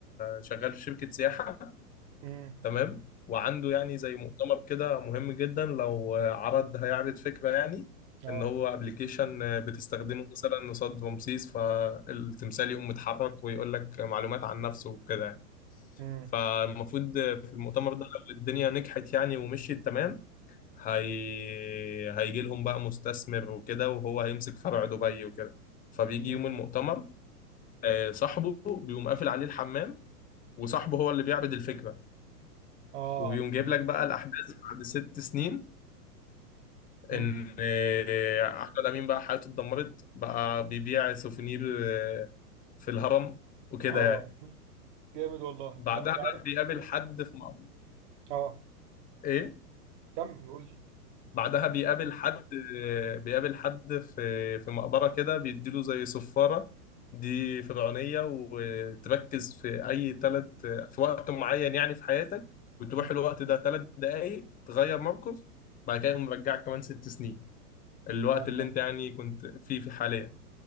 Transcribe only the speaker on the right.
امم
اه
امم
امم
اه
امم
اه
جامد والله
لا انت
عارف
اه
كمل قول لي
مم.
اه